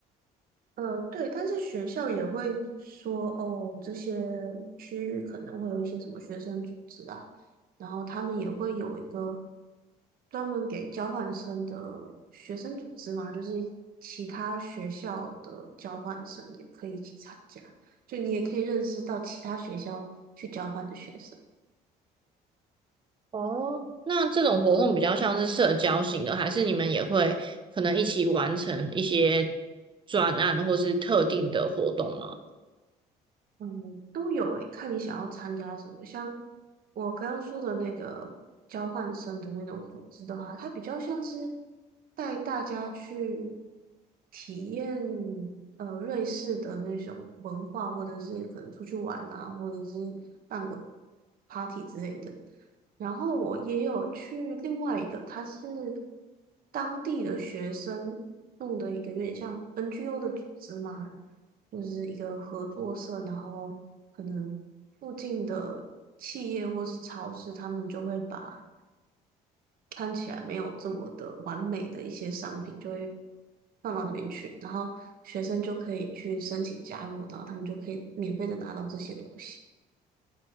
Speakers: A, on the right; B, on the right.
A: 呃，对，但是学校也会说，哦，这些区域可能会有一些什么学生组织啊，然后他们也会有一个专门给交换生的学生组织嘛，就是其他学校的交换生也可以一起参加，就你也可以认识到其他学校去交换的学生。
B: 哦，那这种活动比较像是社交型的，还是你们也会可能一起完成一些专案或是特定的活动吗？
A: 嗯，都有诶，看你想要参加什么。像我刚刚说的那个交换生的那种组织的话，它比较像是带大家去体验呃瑞士的那种文化，或者是可能出去玩啊，或者是办个 party 之类的。然后我也有去另外一个，它是当地的学生弄的一个有点像 NGO 的组织嘛。就是一个合作社，然后可能附近的企业或是超市，他们就会把看起来没有这么的完美的一些商品，就会放到那边去，然后学生就可以去申请加入，然后他们就可以免费的拿到这些东西。